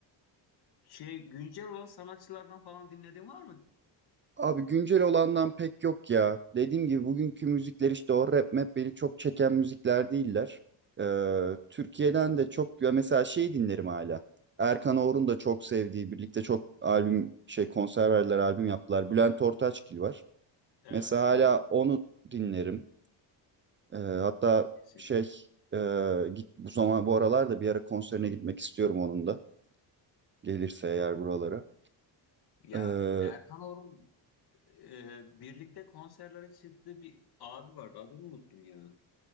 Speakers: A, on the left (about 55°); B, on the right (about 25°).
A: şey güncel olan sanatçılardan falan dinlediğin var mı?
B: Abi güncel olandan pek yok ya. Dediğim gibi bugünkü müzikler işte o rap map beni çok çeken müzikler değiller. Ee, Türkiye'den de çok ya mesela şey dinlerim hala. Erkan Oğur'un da çok sevdiği birlikte çok albüm şey konser verdiler albüm yaptılar. Bülent Ortaçgil var.
A: Evet,
B: Mesela hala
A: o
B: onu dinlerim. Ee, hatta
A: kesin.
B: şey e, git bu zaman bu aralar da bir ara konserine gitmek istiyorum onun da. Gelirse eğer buralara.
A: Ya
B: Ee,
A: Erkan Orum e, birlikte konserlere çıktığı bir abi vardı. Adını unuttum ya.